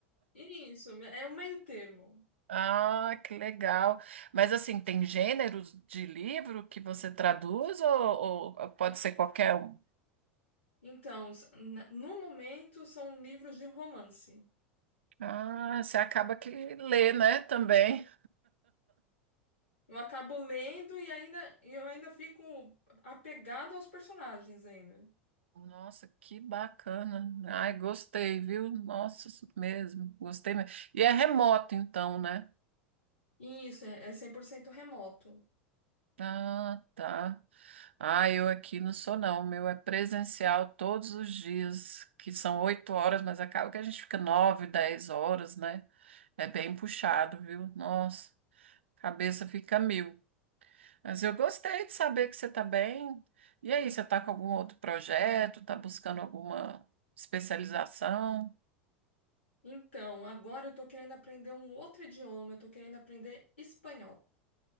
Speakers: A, on the left (about 85°); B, on the right (about 75°).
A: E Isso, é um meio termo.
B: Ah, que legal. Mas assim, tem gêneros de livro que você traduz ou, ou pode ser qualquer um?
A: Então, s- na- no momento são livros de romance.
B: Ah, você acaba que lê, né, também.
A: Eu acabo lendo e ainda e eu ainda fico apegado aos personagens ainda.
B: Nossa, que bacana. Ai, gostei, viu? Nossa, isso mesmo, gostei mesmo. E é remoto, então, né?
A: E Isso, é, é 100% remoto.
B: Ah, tá. Ah, eu aqui não sou, não. O meu é presencial todos os dias, que são oito horas, mas acaba que a gente fica nove, dez horas, né? É bem puxado, viu? Nossa, cabeça fica mil. Mas eu gostei de saber que você tá bem. E aí, você tá com algum outro projeto? Tá buscando alguma especialização
A: Então, agora eu tô querendo aprender um outro idioma, eu tô querendo aprender espanhol.